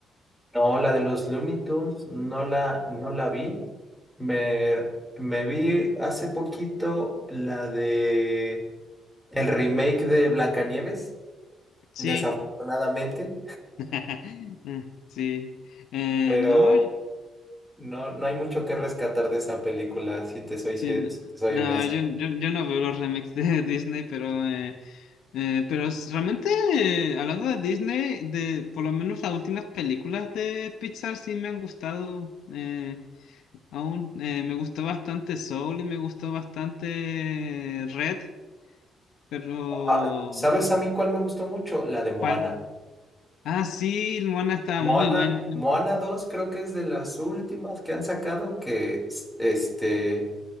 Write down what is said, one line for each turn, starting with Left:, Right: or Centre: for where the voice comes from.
Centre: No, la de los Looney Tunes, no la, no la vi. Me, me vi hace poquito la de el remake de Blancanieves,
Left: Sí,
Centre: desafortunadamente,
Left: <laughs> sí. Eh,
Centre: pero
Left: no.
Centre: No, no hay mucho que rescatar de esa película, si te soy,
Left: Sí,
Centre: si-
Left: n-
Centre: si te soy
Left: no,
Centre: honesto.
Left: yo, yo, yo no veo los remakes de <laughs> Disney, pero, eh, eh, pero s- realmente, eh, hablando de Disney, de por lo menos las últimas películas de Pixar sí me han gustado eh, aún. Eh, me gustó bastante Soul y me gustó bastante Red, pero
Centre: Ah, ¿Sabes a mí cuál me gustó mucho? La de Moana.
Left: ¿cuál? Ah, sí, Moana estaba
Centre: Moana,
Left: muy buena.
Centre: Moana dos creo que es de las últimas que han sacado que, s- este,